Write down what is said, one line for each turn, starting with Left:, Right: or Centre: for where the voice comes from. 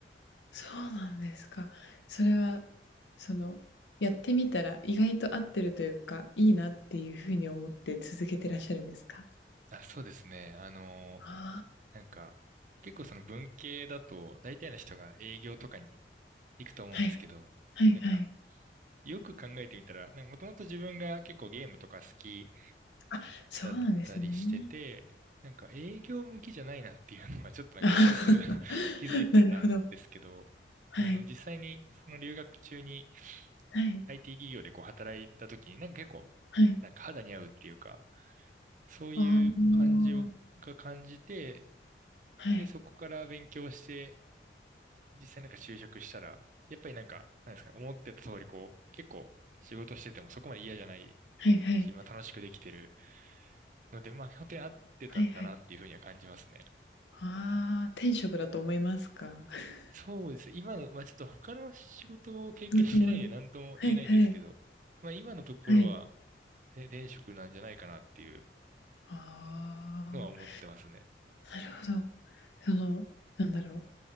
Left: そうなんですか。それは、その、やってみたら意外と合ってるというか、いいなっていうふうに思って続けてらっしゃるんですか？
Right: あ、そうですね。あの、
Left: あ
Right: なんか結構その文系だと大体の人が営業とかに行くと思うんですけど、
Left: あ、はい。はいはい。
Right: なんかよく考えてみたら、なんかもともと自分が結構ゲームとか好き、
Left: あ、そうなんですね。
Right: だったりしてて、なんか営業向きじゃないなっていうのはちょっとなんか薄々
Left: ああ
Right: <laughs> 気づいてたんですけど、
Left: <laughs> なるほど。はい。
Right: あの実際にその留学中に
Left: はい。
Right: IT 企業でこう働いた時になんか結構なんか肌に合うっていうか、
Left: はい。
Right: そういう感じをが感じて、
Left: ああ、はい。
Right: で、そこから勉強して、実際なんか就職したら、やっぱりなんか、なんですか、思ってた通りこう、結構仕事しててもそこまで嫌じゃない
Left: はいはい。
Right: し、まあ楽しくできてるので、まあ本当に合ってたんだなっていうふうには感じますね。
Left: はいはい。ああ、天職だと思いますか？<laughs>
Right: そうですね。今の、まあちょっと他の仕事を経験してないんで何とも言えないんですけど、
Left: 仕事もね。はいはい。
Right: まあ今のところは、
Left: はい。
Right: ね転職なんじゃないかなっていう
Left: ああ。
Right: のは思ってますね。
Left: なるほど。その、なんだろう、